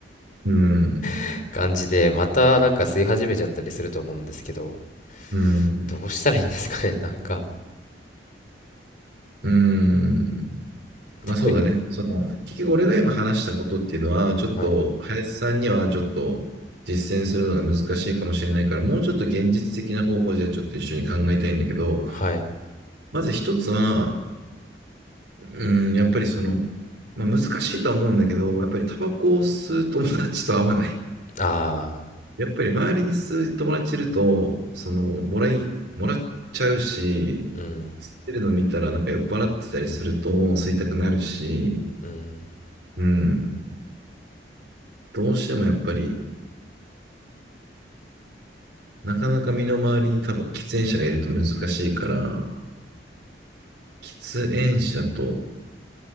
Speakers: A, on the right; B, on the left.
A: うん。
B: <laughs> 感じでまたなんか吸い始めちゃったりすると思うんですけど
A: うん。
B: どうしたらいいんですかね <laughs> なんか
A: うん。まあそうだね。
B: 特に
A: その、結局俺が今話したことっていうのは、ちょっと、
B: はい
A: 林さんにはちょっと実践するのが難しいかもしれないから、もうちょっと現実的な方法じゃちょっと一緒に考えたいんだけど、
B: はい
A: まず一つは、うん、やっぱりその、まあ難しいとは思うんだけど、やっぱりタバコを吸う友達と合わない。
B: あ
A: やっぱり周りに数友達いると、その、もらい、もらっちゃうし、
B: あーうん
A: 吸ってるの見たらなんか酔っ払ってたりすると吸いたくなるし、
B: うん
A: うん、どうしてもやっぱり、なかなか身の回りに多分喫煙者がいると難しいから、喫煙者と